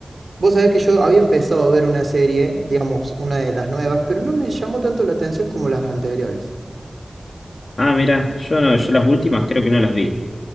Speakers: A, on the right (about 80°); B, on the left (about 75°).
A: Vos sabés que yo había empezado a ver una serie, digamos, una de las nuevas, pero no me llamó tanto la atención como las anteriores.
B: Ah, mira, yo no, yo las últimas creo que no las vi.